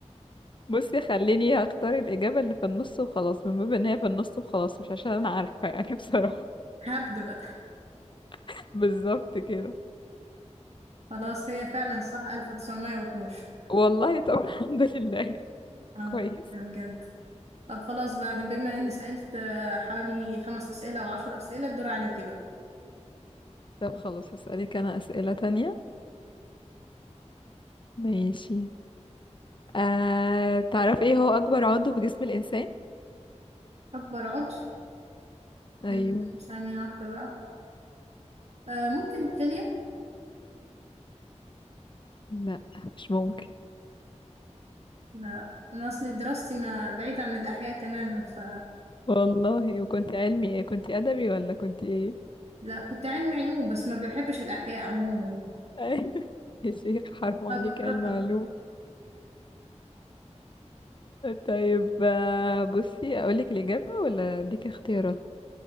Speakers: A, on the left; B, on the right.
A: بصي خليني هختار الاجابه اللي في النص وخلاص من باب ان هي في النص وخلاص مش عشان انا عارفه يعني بصراحه
B: هبدأ بقى
A: <laughs> بالظبط كده
B: خلاص هي فعلا صح 1912
A: والله طب الحمد لله <laughs>
B: الحمد
A: كويس
B: لله بجد طب خلاص بقى ده بما اني
A: كويس.
B: سألت آه، حوالي خمس أسئلة او عشر أسئلة الدور عليكي بقى
A: طب خلاص هسألك أنا أسئلة تانية ماشي آه تعرف ايه هو أكبر عضو في جسم الإنسان؟
B: أكبر عضو
A: أيوه
B: مم، ثانية واحدة بقى آه ممكن الكلية
A: لا مش ممكن
B: لا أنا أصلي دراستي ما بعيد عن الأحياء تماما ف
A: والله وكنت علمي ايه كنت أدبي ولا كنت ايه؟
B: لا كنت علمي علوم بس ما بحبش الأحياء عموما يعني
A: <laughs> يا شيخ حرام
B: فبكرهها
A: عليك يا المعلوم
B: وكده.
A: طيب آه، بصي أقولك الإجابة ولا أديك اختيارات